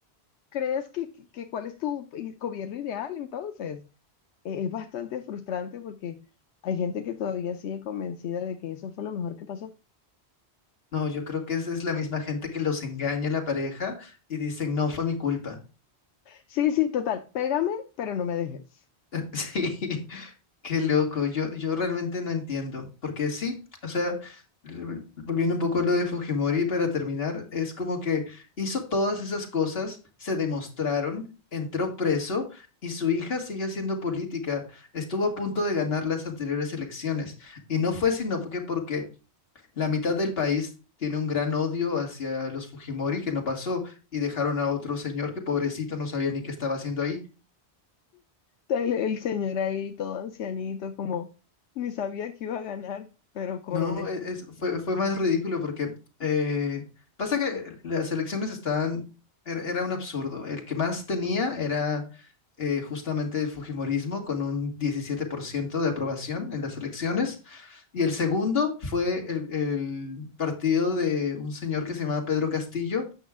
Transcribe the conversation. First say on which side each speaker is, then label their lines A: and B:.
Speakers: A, on the left; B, on the left.
A: crees que, que, que- cuál es tu i- gobierno ideal entonces? Eh, es bastante frustrante porque hay gente que todavía sigue convencida de que eso fue lo mejor que pasó.
B: No, yo creo que esa es la misma gente que los engaña a la pareja y dicen, no fue mi culpa.
A: Sí, sí, total, pégame, pero no me dejes.
B: <laughs> Sí, qué loco. Yo, yo realmente no entiendo. Porque sí, o sea, l- volviendo un poco a lo de Fujimori para terminar, es como que hizo todas esas cosas, se demostraron, entró preso y su hija sigue haciendo política. Estuvo a punto de ganar las anteriores elecciones. Y no fue sino que porque La mitad del país tiene un gran odio hacia los Fujimori que no pasó y dejaron a otro señor que pobrecito no sabía ni qué estaba haciendo ahí.
A: El, el señor ahí todo ancianito, como ni sabía que iba a ganar, pero coroné.
B: No, e-
A: <laughs>
B: es- fue, fue más ridículo porque eh, pasa que las elecciones estaban, era, era un absurdo. El que más tenía era eh, justamente el Fujimorismo con un 17% de aprobación en las elecciones. Y el segundo fue el, el partido de un señor que se llamaba Pedro Castillo,